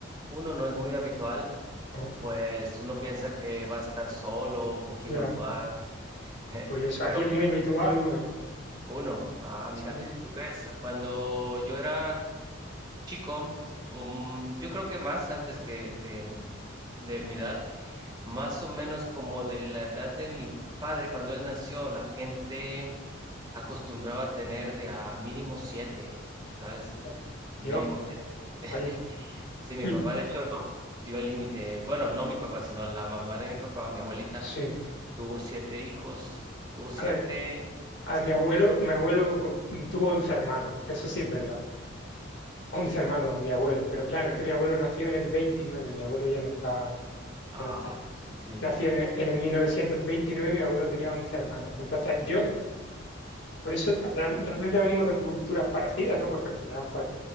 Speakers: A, on the right (about 20°); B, on the left (about 60°).
A: uno no es muy habitual,
B: Ah,
A: pues uno piensa que va a estar solo, con quién
B: ya,
A: va a jugar, <laughs>
B: curioso.
A: pero
B: Aquí es muy habitual uno, ¿eh?
A: uno, ah, mira,
B: Sí.
A: ¿tú crees? Cuando yo era chico, um, yo creo que más antes que, que de mi edad, más o menos como de la edad de mi padre, cuando él nació, la gente acostumbraba a tener de a mínimo siete, ¿sabes?
B: Oh,
A: Mínimo
B: Dios,
A: siete. <laughs>
B: vaya.
A: Sí, mi
B: Mm.
A: papá de hecho dio el límite. Bueno, no mi papá, sino la mamá de mi papá, mi abuelita,
B: Sí.
A: tuvo siete hijos. Tuvo siete.
B: A ver, a
A: Sí.
B: mi abuelo, mi abuelo co- tuvo 11 hermanos, eso sí es verdad. once hermanos, mi abuelo, pero claro, es que mi abuelo nació en el veintinueve mi abuelo ya no está,
A: Ah,
B: ya no está.
A: sí.
B: Nació en el, en el mil novecientos veintinueve mi abuelo tenía 11 hermanos. Entonces, yo Por eso real- realmente venimos de culturas parecidas, ¿no? Porque al final, pues,